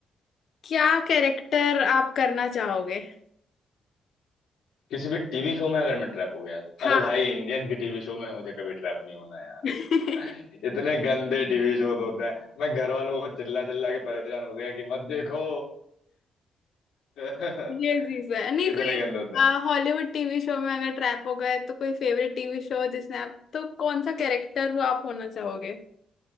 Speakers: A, on the left; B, on the left.
A: क्या कैरेक्टर आप करना चाहोगे
B: किसी भी टीवी शो में अगर मैं ट्रैप हो गया
A: हाँ
B: अरे भाई इंडियन के टीवी शो में मुझे कभी ट्रैप नहीं होना
A: ये
B: यार <laughs> इतने गंदे टीवी शो होते हैं मैं घर वालों को चिल्ला चिल्ला के परेशान हो गया कि मत देखो <laughs>
A: चीज है
B: इतने
A: नहीं कोई
B: गंदे होते हैं
A: हॉलीवुड टीवी शो में अगर ट्रैप हो गए तो कोई फेवरेट टीवी शो जिसने आप तो कौन सा कैरेक्टर वो आप होना चाहोगे